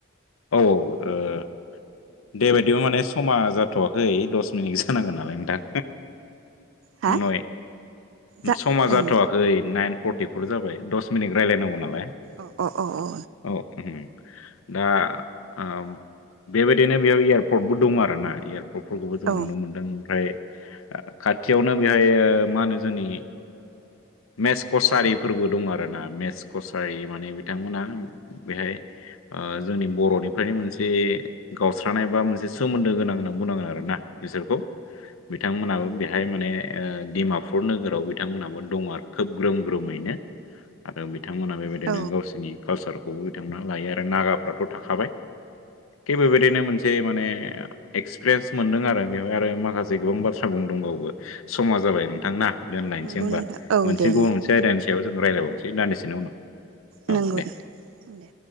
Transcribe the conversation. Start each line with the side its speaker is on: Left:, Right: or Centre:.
Left: औ औ ओ। दे बायदिबो माने समा जाथ'वाखै दस मिनिट जानांगोन नालाय नोंथां।
Right: हा
Left: नय
Right: जा
Left: समा जाथ'वाखै
Right: ओं
Left: नाइन फर्टिफर जाबाय दस मिनिट रायलायनांगौ नालाय।
Right: अ अ अ अ।
Left: औ दा ओम बेबायदिनो बेयाव एयारपर्टबो दङ' आरना एयाव फोरखौबो जों
Right: अ
Left: नुनो मोनदों ओमफ्राय खाथियावनो बेहाय मा होनो जोंनि मेस कचारिफोरबो दं आरोना मेस कसारि माने बिथांमोना बेहाय ओ जोंनि बर'नि बेफोरनो मोनसे गावस्रानाय बा मोनसे सोमोन्दो गोनां होनना बुंनांगोन आरोना बिसोरखौ बिथांमोनाबो बेहाय माने ओ डिमापुर नोगोराव बिथांमोनाबो दं आरो खोब ग्रोम ग्रोमैनो आरो बिथांमोनहा बेबायदिनो
Right: जागोन औ
Left: गावसोरनि कालसारखौबो बिथांमोना लायो आरो नागाफ्राथ' थाखाबाय थिग बेबायदिनो
Right: औ
Left: मोनसे माने एक्सपिरियेन्स मोनदों आरो बेवहाय आरो माखासे गोबां बाथ्रा बुंनोदोंबावो समा जाबाय नोंथांना। दोनलायनोसै
Right: नंगौ
Left: होमबा
Right: नोंथां औ
Left: मोनसे
Right: दे नोंथां
Left: गुबुन मोनसे आयदानि सायाव जों रायलायबावनोसै दान्दिसेनि उनाव
Right: नंगौ
Left: औ दे
Right: नोंथां दे।